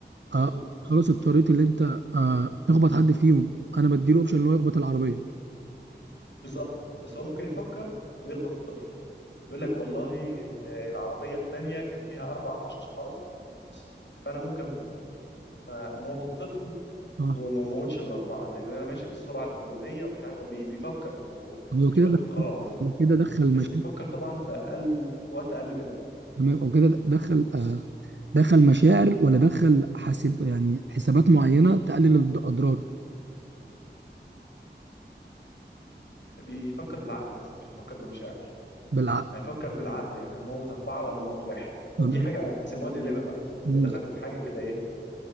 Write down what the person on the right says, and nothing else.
آه
خلاص اضطريت اللي انت آه تخبط حد فيهم انا بديله اوبشن اللي هو يخبط العربيه
صح
هو
كده
دخل-
كده دخل
مشاكل
تمام او كده دخل آه، دخل مشاعر ولا دخل حاسب يعني حسابات معينه تقلل الاضرار
بالعقل
تمام
مم،